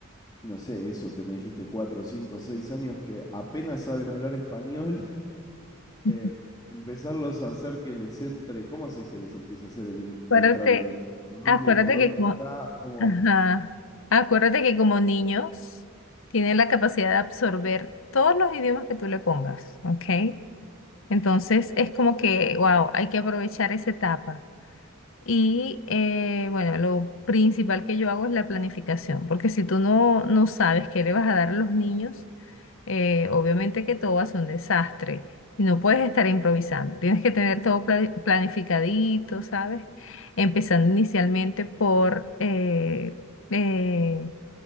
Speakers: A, on the left (about 20°); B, on the left (about 70°).
A: no sé, eso que me dijiste, cuatro, cinco, seis años, que apenas saben hablar español, <laughs>
B: <laughs>
A: eh, empezarlos a hacer que les entre, ¿cómo haces que les empiece a hacer el ing-
B: Acuérdate,
A: entrar el inglés? ¿Por dónde,
B: acuérdate
A: por dónde
B: que como
A: entras? ¿Cómo?
B: Ajá. Acuérdate que como niños tienen la capacidad de absorber todos los idiomas que tú le pongas, ¿ok? Entonces es como que, wow, hay que aprovechar esa etapa. Y eh, bueno, lo principal que yo hago es la planificación, porque si tú no, no sabes qué le vas a dar a los niños, eh, obviamente que todo va a ser un desastre y no puedes estar improvisando. Tienes que tener todo pla- planificadito, ¿sabes? Empezando inicialmente por eh, eh,